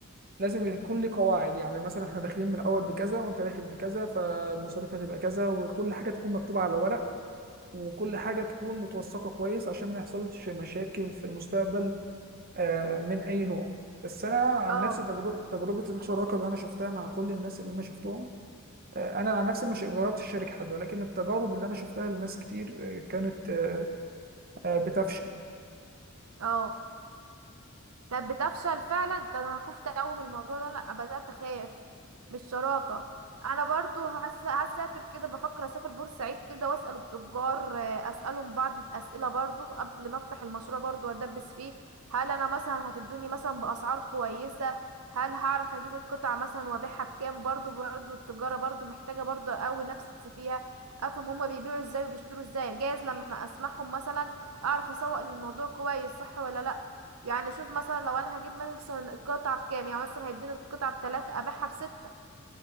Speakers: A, on the right; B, on the right.
A: لازم يكون ليه قواعد يعني مثلا احنا داخلين من الاول بكذا وانت داخل بكذا فالمصاريف هتبقى كذا وكل حاجه تكون مكتوبه على ورق وكل حاجه تكون متوثقه كويس عشان ما يحصلش مشاكل في المستقبل آه، من اي نوع بس انا عن
B: اه
A: نفسي تجربه تجربه الشراكه اللي انا شفتها مع كل الناس اللي انا شفتهم آه، انا عن نفسي مش جربت اشارك حد ولكن التجارب اللي انا شفتها لناس كتير آه، كانت آه، آه، بتفشل
B: اه كانت بتفشل فعلا ده انا خفت قوي من الموضوع ده لا بدأت اخاف من الشراكة انا برضو هس... هسافر كده بفكر اسافر بورسعيد كده واسأل التجار آه، اسألهم بعض الاسئلة برضو قبل ما افتح المشروع برضو وادبس فيه هل انا مثلا هتدوني مثلا باسعار كويسة هل هعرف اجيب القطع مثلا وابيعها بكام برضو برضو التجارة برضو محتاجة برضو اقوي نفسي فيها افهم هما بيبيعوا ازاي وبيشتروا ازاي جايز لما اسمعهم مثلا اعرف اسوق للموضوع كويس صح ولا لا يعني شوف مثلا لو انا هجيب مثلا القطعة بكام يعني مثلا هيديني القطعة بتلاتة ابيعها بستة